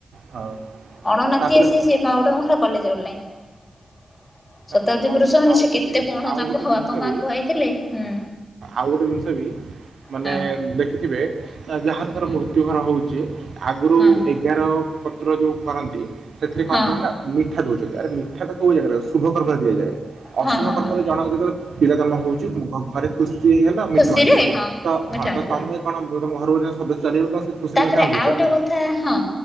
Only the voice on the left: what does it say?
ଅଣ ନାତି
ଆସି ସେ ପା ଉଠା କଲେଜ ପଢ଼ିଲାଣି।
ଶତାବ୍ଦୀ
ପୁରୁଷ
ମାନେ
ସେ
କେତେ କଣ
ତାଙ୍କ
ବାପା ମା
ଖୁଆଇଥିଲେ ହୁଁ।
ହଁ।
ହଁ
ହଁ
ହଁ
ହଁ ହଁ
ହଁ
ସିରେ
ହଁ
ମିଠା
ଆଣିଲ।
ତାପରେ
ଆଉ ଗୋଟେ କଥା ହଁ